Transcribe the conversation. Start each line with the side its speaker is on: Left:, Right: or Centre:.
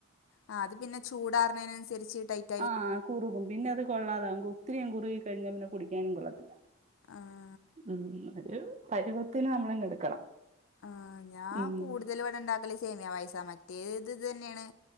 Left: ആ അത് പിന്നെ ചൂടാറിണതിനനുസരിച്ച് ടൈപ്
Right: ആ കുറുകും പിന്നെ അത് കൊള്ളാതാകും ഒത്തിരിയും കുറുകി കഴിഞ്ഞാ പിന്നെ കുടിക്കാനും കൊള്ളത്തില്ല
Left: ആഹ്
Right: ഉം ഒരു പരുവത്തിന് നമ്മളിങ് എടുക്കണം.
Left: ആ ഞാൻ
Right: ഉം
Left: കൂടുതൽ ഇവിടെ ഉണ്ടാക്കല് സേമിയാ പായസാ മറ്റേത് ഇത് തന്നെയാണ്